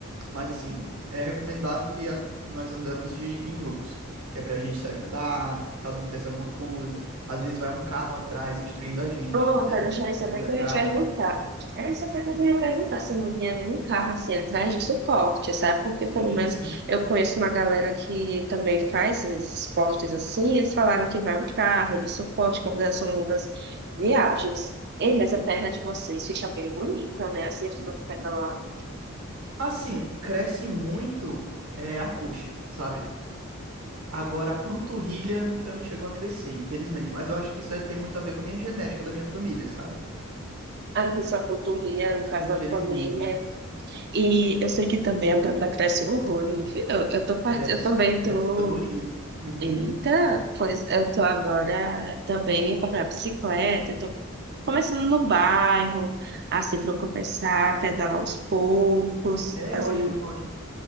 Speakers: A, on the right; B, on the right.
A: Mas assim, é recomendável que, a- que nós andamos de, em grupos, que é pra gente se ajudar, caso aconteça alguma coisa. Às vezes vai um carro atrás instruindo a gente,
B: Pronto,
A: entendeu?
B: deixa eu saber
A: Quando
B: que
A: é prática.
B: eu ia perguntar. Aí você até ia perguntar se não vinha nenhum carro assim atrás de suporte, sabe? Porque
A: Sim,
B: pelo menos
A: sim.
B: eu conheço uma galera que também faz esses esportes assim, e eles falaram que vai um carro de suporte quando são longas viagens. Ei, mas a perna de vocês fica bem bonita, né? Assim, fica pegando lá.
A: Assim, cresce muito é, a coxa, sabe? Agora, a panturrilha nunca me chegou a crescer, infelizmente. Mas eu acho que isso é- tem muito a ver com a minha genética da minha família, sabe?
B: Aqui só coturno, casa
A: Infelizmente.
B: de família. E eu sei que também a banda cresce horror. Enfim, Eu, eu, tô part...
A: Cresce.
B: eu também
A: Cresce,
B: tô.
A: fica durinha. Uhum.
B: Eita, pois eu tô agora também comprando bicicleta. Eu tô começando no bairro, assim, pra eu começar a pedalar aos poucos.
A: É
B: Fazer...
A: ótimo, é ótimo.